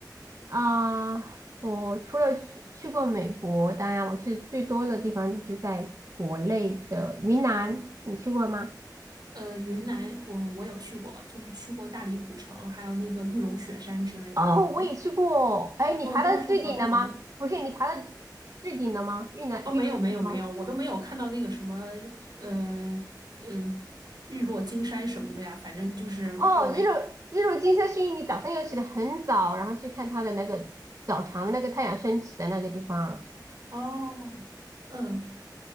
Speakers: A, on the right; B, on the right.
A: 啊、我除了去去过美国，当然我去最多的地方就是在国内的云南，
B: 嗯，
A: 你去过吗？
B: 呃，云南我我有去过，就是去过大理古城，还有那个玉龙雪山之类的。
A: 哦，我也去过。哎，你爬到最顶了吗？
B: 哦，不过是好多好多。
A: 不是，你爬到最顶了吗？玉南玉龙雪峰。
B: 哦，没有没有没有，我都没有看到那个什么，呃嗯、日落金山什么的呀。反正就是我没有
A: 哦，日落日落金山是因为你早上要起得很早，然后去看它的那个早晨的那个太阳升起的那个地方，
B: 哦，嗯，